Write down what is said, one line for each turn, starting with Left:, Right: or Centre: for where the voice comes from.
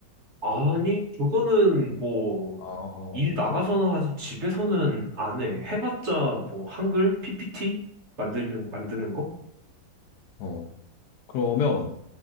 Right: 아니, 그거는 뭐,
Left: 아,
Right: 일
Left: 없어?
Right: 나가서는 하지, 집에서는 안 해. 해봤자, 뭐, 한글? PPT? 만드는, 만드는 거?
Left: 어, 그러면